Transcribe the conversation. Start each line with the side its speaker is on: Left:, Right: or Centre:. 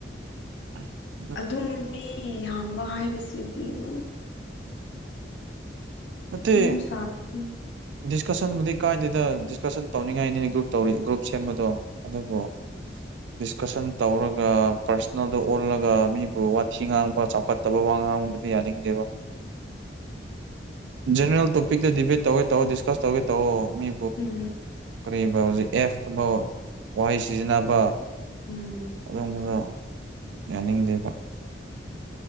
Right: ꯑꯁ
Left: ꯑꯗꯨꯝ ꯃꯤ ꯌꯥꯝꯕ ꯍꯥꯏꯕꯁꯤꯗꯤ ꯑꯗꯨꯝ
Right: ꯅꯠꯇꯦ
Left: ꯃꯍꯧꯁꯥ ꯎꯝ
Right: ꯗꯤꯁꯀꯁꯟꯕꯨꯗꯤ ꯀꯥꯏꯗꯦꯗ ꯗꯤꯁꯀꯁꯟ ꯇꯧꯅꯤꯡꯉꯥꯏꯅꯦ ꯒ꯭ꯔꯨꯞ ꯇꯧꯔꯤ ꯒ꯭ꯔꯨꯞ ꯁꯦꯝꯕꯗꯣ ꯑꯗꯨꯕꯣ ꯗꯤꯁꯀꯁꯟ ꯇꯧꯔꯒ ꯄꯔꯁ꯭ꯅꯜꯗ ꯑꯣꯜꯂꯒ ꯃꯤꯕꯨ ꯋꯥꯊꯤ ꯉꯥꯡꯕ ꯆꯥꯎꯈꯠ ꯇꯕ ꯋꯥ ꯉꯥꯡꯕꯗꯤ ꯌꯥꯅꯤꯡꯗꯦꯕ ꯖꯦꯅꯔꯦꯜ ꯇꯣꯄꯤꯛꯇ ꯗꯤꯕꯦꯠ ꯇꯧꯑꯦ ꯇꯧꯑꯣ ꯗꯤꯁꯀꯁ ꯇꯧꯒꯦ ꯇꯧꯑꯣ ꯃꯤ
Left: ꯎꯝ
Right: ꯀꯔꯤꯕ ꯍꯧꯖꯤꯛ ꯑꯦꯐ ꯀꯨꯝꯕ ꯋꯥꯍꯩ ꯁꯤꯖꯟꯅꯕ
Left: ꯎꯝ
Right: ꯑꯗꯨꯝꯕꯗꯣ ꯌꯥꯅꯤꯡꯗꯦꯕ